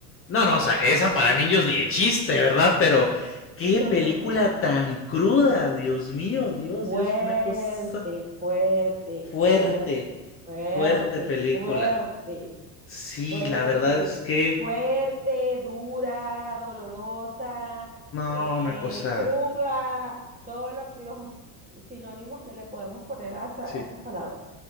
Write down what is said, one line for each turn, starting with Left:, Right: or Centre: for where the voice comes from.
Left: No, no, o sea, esa para niños ni de chiste, ¿verdad? Pero
Right: <laughs>
Left: qué
Right: no.
Left: película tan cruda, Dios mío, Dios,
Right: Fuerte,
Left: Dios, fue una cosa
Right: fuerte,
Left: fuerte,
Right: fuerte, fuerte,
Left: fuerte película.
Right: fuerte,
Left: Sí,
Right: fuerte,
Left: la verdad es que,
Right: fuerte, dura, dolorosa,
Left: no,
Right: eh,
Left: una cosa,
Right: cruda, todos lo- los sinónimos que le podemos poner a, esa-
Left: sí.
Right: a esas palabras. O